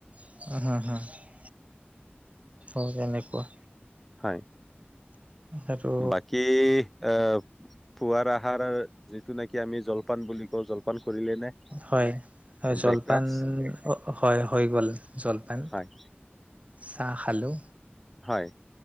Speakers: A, on the right (about 35°); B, in the centre.
A: <unintelligible> অ', তেনেকুৱা।
B: হয়।
A: আৰু
B: বাকি, অ', পুৱাৰ আহাৰ যিটো নেকি আমি জল পান বুলি কওঁ জলপান কৰিলে নে।
A: হয়, হয়
B: ব্ৰেকফাষ্ট?
A: জলপান হ হয় হৈ গ'ল জলপান
B: হয়,
A: চাহ খালো।
B: হয়।